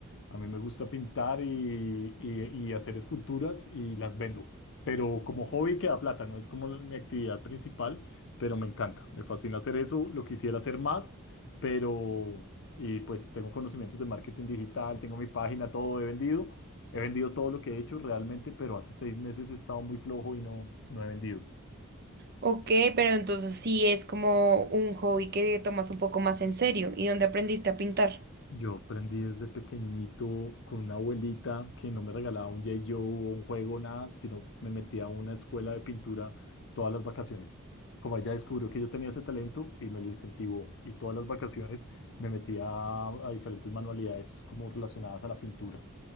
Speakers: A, on the left (about 60°); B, on the right (about 45°).
A: A mí me gusta pintar y, y- y hacer esculturas y las vendo. Pero como hobby queda plata, no es como la- mi actividad principal, pero me encanta. Me fascina hacer eso, lo quisiera hacer más, pero y pues tengo conocimientos de marketing digital, tengo mi página, todo he vendido. He vendido todo lo que he hecho realmente, pero hace seis meses he estado muy flojo y no, no he vendido.
B: Ok, pero entonces sí es como un hobby que tomas un poco más en serio y donde aprendiste a pintar.
A: Yo aprendí desde pequeñito con una abuelita que no me regalaba un G.I. Joe o un juego, nada, sino me metía a una escuela de pintura todas las vacaciones. Como ella descubrió que yo tenía ese talento y me lo incentivó, y todas las vacaciones me metía a, a diferentes manualidades como relacionadas a la pintura.